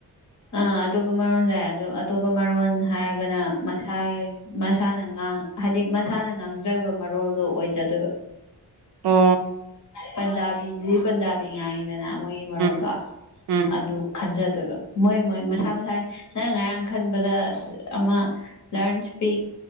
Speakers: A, on the left; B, on the right.
A: ꯑꯥ ꯑꯇꯣꯞꯄ ꯃꯔꯣꯜꯁꯨ ꯑꯗꯨ ꯑꯇꯣꯞꯄ ꯃꯔꯣꯜ ꯍꯥꯏꯔꯒꯅ ꯃꯁꯥ ꯃꯁꯥꯅꯤ ꯍꯥꯏꯗꯤ ꯃꯁꯥꯅ ꯉꯥꯡꯖꯕ ꯃꯔꯣꯜꯗꯣ ꯑꯣꯏꯖꯗꯣꯏꯕ
B: ꯑꯣ
A: ꯄꯥꯁꯤ ꯄ ꯗꯅ ꯃꯣꯏꯒꯤ ꯃꯔꯣꯟꯗꯣ
B: ꯎꯝ ꯎꯝ
A: ꯑꯗꯨ ꯈꯟꯖ ꯑꯗꯨꯒ ꯃꯣꯏ ꯃꯣꯏ ꯃꯁꯥ
B: ꯎꯝ
A: ꯃꯁꯥ ꯅꯪ ꯉꯔꯥꯡ ꯈꯟꯕꯗ ꯑꯃ learn speak